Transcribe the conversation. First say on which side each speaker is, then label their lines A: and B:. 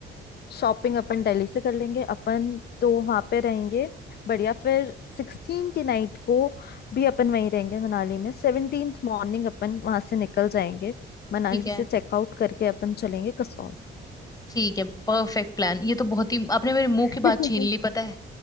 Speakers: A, on the left; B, on the left.
A: शॉपिंग अपन दिल्ली से कर लेंगे अपन तो वहां पे रहेंगे बढ़िया फिर सिक्सटीन की नाइट को भी अपन वहीं रहेंगे मनाली में 17th मॉर्निंग अपन वहां से निकल जाएंगे मनाली
B: ठीक है
A: से चेकआउट करके अपन चलेंगे कसौल
B: ठीक है परफेक्ट प्लान ये तो बहुत ही आपने मेरे मुंह
A: <laughs>
B: की बात छीन ली पता है